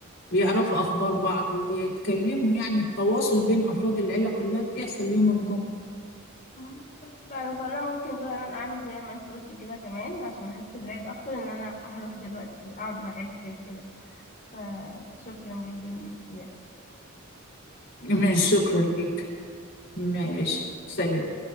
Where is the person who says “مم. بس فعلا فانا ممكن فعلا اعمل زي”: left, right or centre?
Left